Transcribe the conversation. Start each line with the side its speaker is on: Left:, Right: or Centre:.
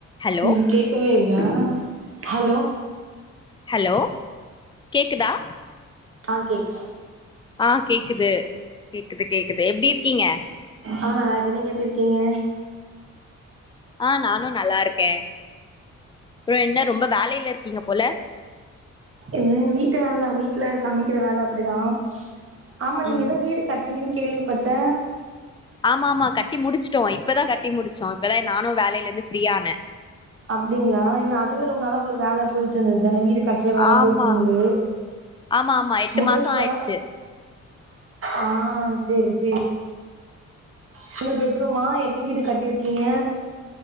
Left: hello
Right: ம் கேக்கவே இல்ல ஹலோ
Left: ஹலோ கேக்குதா
Right: ஆ கேக்
Left: ஆ கேக்குது கேக்குது கேக்குது எப்டி இருக்கீங்க
Right: ஆ நல்லா இருக்கே நீங்க எப்டி இருக்கீங்க
Left: ஆ நானு நல்லாருக்கே அப்புற என்ன ரொம்ப வேலையில இருக்கீங்க போல
Right: இல்லங்க வீட்டு வேலதான் வீட்ல சமைக்கிற வேல அப்டிதா ஆமா நீங்க
Left: ம்
Right: ஏதோ வீடு கட்றீங்கன் கேள்விப்பட்ட
Left: ஆமா ஆமா கட்டி முடிச்சுட்டோ இப்பதா கட்டி முடிச்சோ இப்பதா நானு வேலைல இருந்து ஃப்ரீயான
Right: அப்டிங்ளா ஏன்னா அதுவே ரொம்ப நாள உங்களுக்கு வேல போயிட்டு இருந்தது தான வீடு கட் டி வேல
Left: ஆமா
Right: போயிட்டு இருந்தது
Left: ஆமா ஆமா எட்டு
Right: முடிஞ்ச்சா
Left: மாசோ ஆயிடுச்சு
Right: ஆ சேரி சேரி சிங்கிள் பெட்ரூமா எப்டி வீடு கட்டிருக்கீங்க